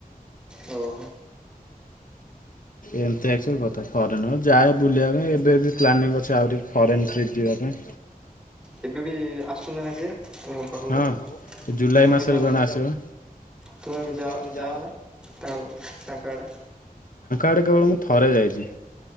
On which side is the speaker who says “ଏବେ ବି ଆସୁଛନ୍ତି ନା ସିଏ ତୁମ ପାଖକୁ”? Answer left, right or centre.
Centre